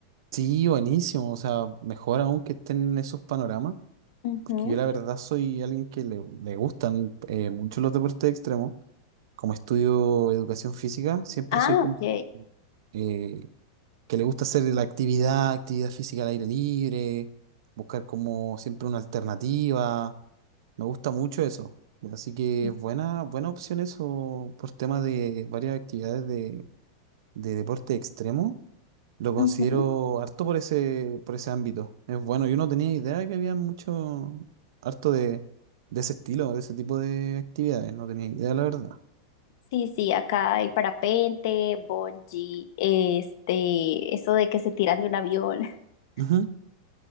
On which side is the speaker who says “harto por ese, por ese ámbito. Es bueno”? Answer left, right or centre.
Right